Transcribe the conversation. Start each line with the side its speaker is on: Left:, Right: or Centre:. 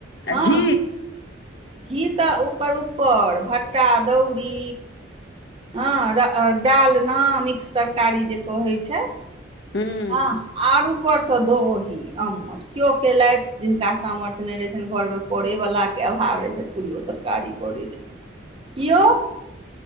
Left: आ
Right: हँ
Left: घी।
Right: घी तऽ ओकर ऊपर भट्टा अदौरी हँ डालना मिक्स तरकारी जे कहैत छै।
Left: हूँ
Right: आ आर ऊपरस दही अम्मट। केओ केलथि जिनका सामर्थ्य नहि रहैत छनि घरमे करे वला के अभाव रहैत छनि पूरियो तरकारी। करैय छैथ, किया